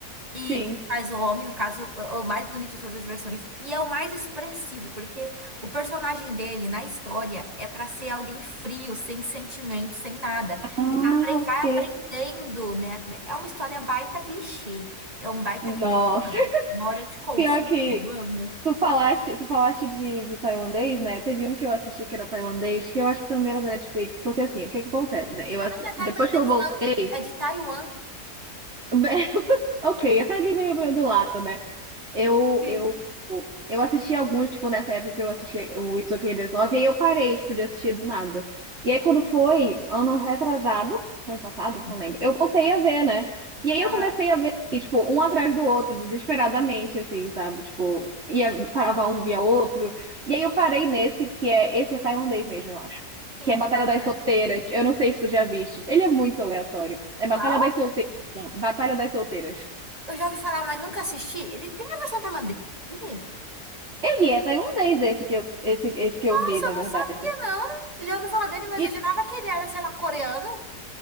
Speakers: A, on the right; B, on the right.
A: E
B: Sim.
A: o que faz o homem, no caso, o o mais bonito de todas as versões. E é o mais expressivo, porque o personagem dele na história é pra ser alguém frio, sem sentimento, sem nada.
B: Ah,
A: Que tá apre-
B: ok.
A: vai aprendendo, né? a cri- É uma história baita clichê. É um baita
B: Nossa,
A: clichê. Bora, eu te conto.
B: pior
A: se
B: que
A: quiser, Eu amo.
B: tu falaste, tu falaste de, de tailandês, né? Teve um que eu assisti que era tailandês, que eu acho que também era da Netflix, porque assim, o que que acontece, né? Eu
A: Ah,
B: assi-
A: não, não é tailandês,
B: depois que eu voltei,
A: não. É de Taiwan.
B: <laughs> ok, até ali meio, meio do lado, né? Eu,
A: Sim,
B: eu, eu assisti alguns, tipo, nessa época que eu assisti o It's Okay There's Love, e aí eu parei, tipo, de assistir do nada. E aí quando foi, ano retrasado, ano passado,
A: sim.
B: não lembro, eu voltei a ver, né? E aí
A: Aham.
B: eu comecei a ver, e, tipo, um atrás do outro, desesperadamente, assim, sabe? Tipo, ia, parava um, via outro. E aí eu parei nesse, que é, esse é tailandês mesmo, eu acho.
A: Sim,
B: Que é Batalha
A: qual
B: das Solteiras.
A: é?
B: Eu não sei se tu já viste. Ele é muito aleatório. É
A: Qual?
B: Batalha das Solteiras. Não, Batalha das Solteiras.
A: Eu já ouvi falar, mas nunca assisti. Ele tem a versão tailandesa? dele?
B: Ele é tailandês, esse que eu, esse, esse que eu
A: Nossa,
B: vi, na
A: eu não
B: verdade.
A: sabia, não. Eu já ouvi falar dele, mas
B: E,
A: eu jurava que ele era, sei lá, coreano.